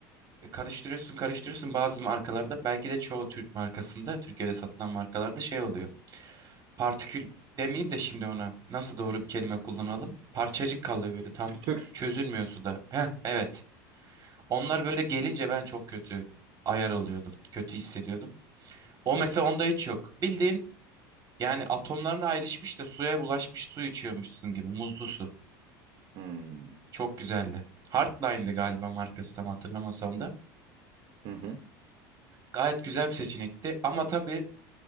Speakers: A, on the right; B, on the right.
A: e, karıştırıyorsun karıştırıyorsun bazı markalarda belki de çoğu Türk markasında Türkiye'de satılan markalarda şey oluyor. partikül demeyeyim de şimdi ona nasıl doğru bir kelime kullanalım? Parçacık kalıyor böyle tam
B: Pütür.
A: çözülmüyor suda. Heh, evet. Onlar böyle gelince ben çok kötü ayar oluyordum. Kötü hissediyordum. O mesela onda hiç yok. Bildiğin yani atomların ayrışmış da suya bulaşmış su içiyormuşsun gibi muzlu su.
B: Hmm.
A: Çok güzeldi. Hardline'dı galiba markası tam hatırlamasam da.
B: Hı hı.
A: Gayet güzel bir seçenekti ama tabii